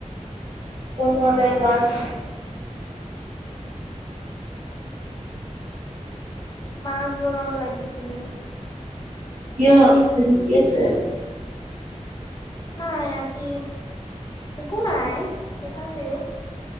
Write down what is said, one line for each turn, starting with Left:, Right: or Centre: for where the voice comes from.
Right: বনোৱা নাই মাছ
Left: মাছ বনাব লাগিছিলে
Right: কিয় আজি কি আছে
Left: নাই আজি একো নাই তথাপিও